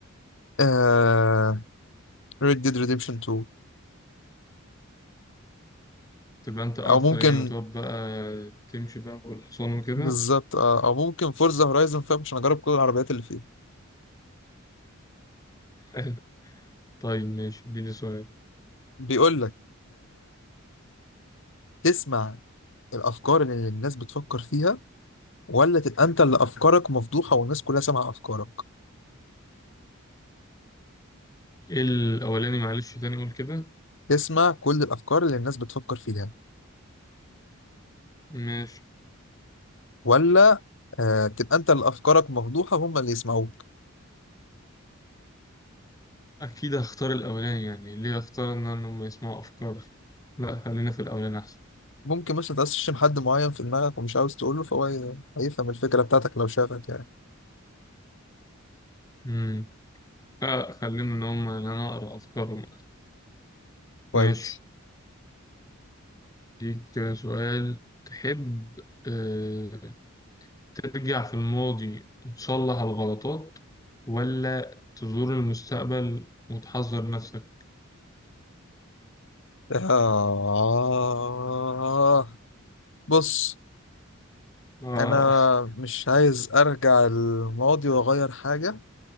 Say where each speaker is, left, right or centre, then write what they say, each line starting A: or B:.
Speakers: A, on the left; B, on the left.
A: آه... Red Dead Redemption 2
B: تبقى أنت آرثر
A: أو ممكن
B: يعني وتقعد بقى تمشي بقى بالحصان وكده؟
A: بالظبط آه... أو ممكن فورزا هورايزون 5 عشان أجرب كل العربيات اللي فيه
B: حلو طيب ماشي اديني سؤال
A: بيقول لك تسمع الافكار اللي الناس بتفكر فيها ولا تبقى انت اللي افكارك مفضوحه والناس كلها سامعه افكارك
B: إيه الأولاني معلش تاني قول كده؟
A: تسمع كل الافكار اللي الناس بتفكر فيها
B: ماشي
A: ولا آه تبقى انت اللي افكارك مفضوحه هم اللي يسمعوك
B: أكيد هختار الأولاني يعني ليه هختار إن أنا- إن هم يسمعوا أفكاري؟ لأ خلينا في الأولاني أحسن
A: ممكن مثلا تقسم حد معين في دماغك ومش عاوز تقوله فهو هي- هيفهم الفكره بتاعتك لو شافك يعني
B: مم. لا خلينا إن هم إن أنا أقرأ أفكارهم ماشي
A: كويس
B: ليك سؤال تحب آه، ترجع في الماضي وتصلح الغلطات ولا تزور المستقبل وتحذر نفسك؟
A: آه بص
B: آه
A: انا مش عايز ارجع الماضي واغير حاجه